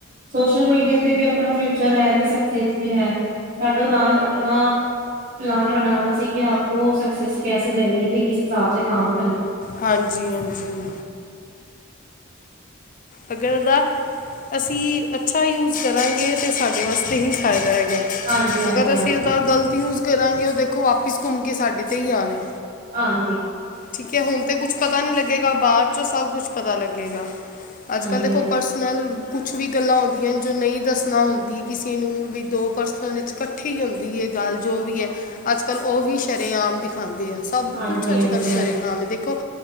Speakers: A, on the right; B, on the left.
A: ਸੋਸ਼ਲ ਮੀਡੀਆ ਤੇ ਵੀ ਆਪਣਾ ਫਿਊਚਰ ਹੈ ਤੇ ਸਕਸੈਸ ਵੀ ਹੈ। ਸਾਡੋ ਨਾਲ ਆਪਣਾ ਪਲਾਨ ਬਣਾਨਾ ਸੀ ਕਿ ਆਪਕੋ ਸਕਕਸੈਸ ਕੈਸੇ ਲੈਣੀ ਤੇ ਕਿਸ ਹਿਸਾਬ ਕੰਮ ਕਰਨਾ।
B: ਹਾਂਜੀ ਹਾਂਜੀ। ਅਗਰ ਇਹਦਾ ਅਸੀਂ ਅੱਛਾ ਯੂਜ ਕਰਾਂਗੇ ਤਾਂ ਸਾਡੇ ਵਾਸਤੇ ਹੀ ਫਾਇਦਾ ਹੈਗਾ
A: ਹਾਂਜੀ, ਹਾਂਜੀ,
B: ਅਗਰ ਅਸੀਂ
A: ਹਾਂਜੀ,
B: ਉਹਦਾ ਗ਼ਲਤ ਯੂਜ ਕਰਾਂਗੇ ਉਹ ਦੇਖੋ ਵਾਪਿਸ ਘੁੰਮ ਕੇ ਸਾਡੇ ਤੇ ਹੀ ਆਣਾ।
A: ਹਾਂਜੀ।
B: ਠੀਕ ਹੈ ਹੁਣ ਤੇ ਕੁੱਛ ਪਤਾ ਨੀ ਲੱਗੇਗਾ ਬਾਅਦ ਚੋਂ ਸਭ ਕੁੱਛ ਪਤਾ ਲੱਗੇਗਾ। ਅੱਜ
A: ਹਾਂਜੀ,
B: ਕੱਲ ਦੇਖੋ
A: ਹਾਂ।
B: ਪਰਸਨਲ ਕੁਛ ਵੀ ਗੱਲਾਂ ਹੁੰਦੀਆਂ ਨੇ ਜੋ ਨਹੀਂ ਦੱਸਣਾ ਹੁੰਦੀ ਕਿਸੇ ਨੂੰ ਵੀ ਦੋ ਪਰਸਨਾਂ ਵਿੱਚ ਇਕੱਠੀ ਹੁੰਦੀ ਹੈ। ਗੱਲ ਜੋ ਵੀ ਹੈ ਅੱਜ ਕੱਲ੍ਹ ਉਹ ਵੀ ਸ਼ਰੇਆਮ ਦਿਖਾਉਂਦੇ ਆ ਸਭ
A: ਹਾਂਜੀ,
B: ਕੁੱਛ ਅੱਜ
A: ਹਾਂਜੀ,
B: ਕੱਲ
A: ਹਾਂਜੀ
B: ਸ਼ਰੇਆਮ ਹੈ ਦੇਖੋ ਖੋ